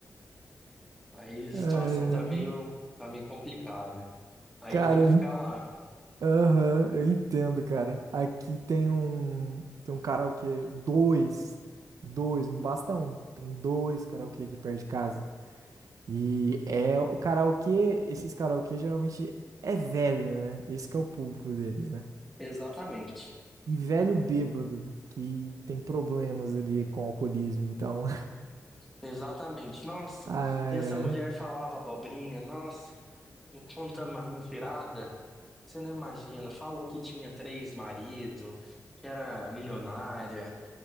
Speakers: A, in the centre; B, on the right.
A: Aí a situação
B: Ai,
A: tá
B: ai.
A: meio, tá meio complicada. Aí
B: Cara,
A: eu tenho
B: eu
A: que ficar lá.
B: Aham, eu entendo, cara. Aqui tem um, tem um karaokê, dois, dois, não basta um. Tem dois karaokê aqui perto de casa. E é o karaokê, esses karaokê geralmente é velho, né? Esse que é o público deles, né?
A: Exatamente.
B: E velho bêbado, que tem problemas ali com alcoolismo, então.
A: Exatamente. Nossa,
B: <laughs> Ai,
A: e essa
B: ai.
A: mulher falava abobrinha, nossa, contando uma mentirada. Você não imagina, falou que tinha três maridos, que era milionária,